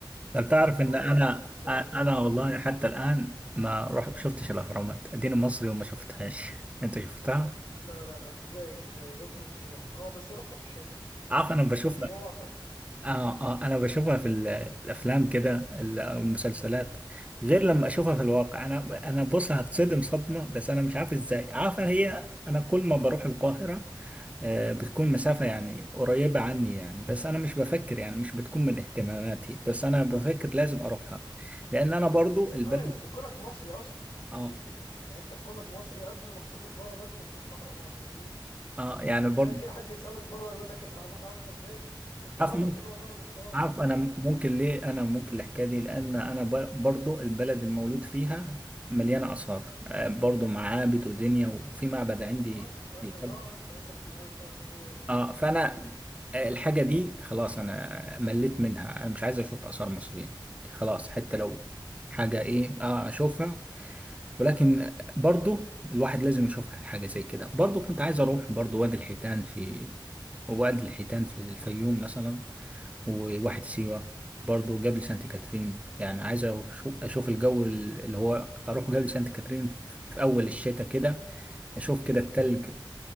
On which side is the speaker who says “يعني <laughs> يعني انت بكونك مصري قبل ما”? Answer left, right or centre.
Left